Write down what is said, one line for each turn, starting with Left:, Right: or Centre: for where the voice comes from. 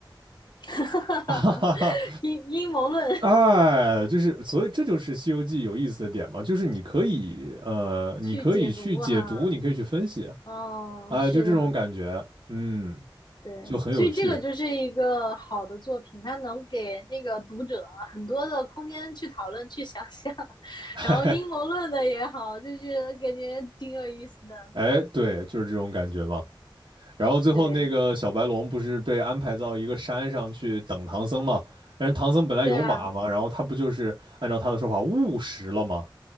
Left: <laughs>
Right: <laughs> 哈哈
Left: 阴阴谋论
Right: 哎，就是所以这就是《西游记》有意思的点嘛，就是你可以呃，
Left: 去解读哈、
Right: 你可以去解读，
Left: 啊
Right: 你可以去分析
Left: 哦，
Right: 啊，
Left: 是的，
Right: 就这种感觉，嗯，
Left: 对，
Right: 就很有趣，
Left: 所以这个就是一个好的作品，它能给那个读者啊很多的空间去讨论、去想象，
Right: <laughs>
Left: 然后阴谋论的也好，就是感觉挺有意思的。
Right: 哎，对，就是这种感觉嘛。然后最后那个小白龙不是被安排到一个山上去等唐僧嘛？
Left: 对，
Right: 但是唐僧本来有马嘛，
Left: 对啊，
Right: 然后他不就是按照他的说法误食了吗？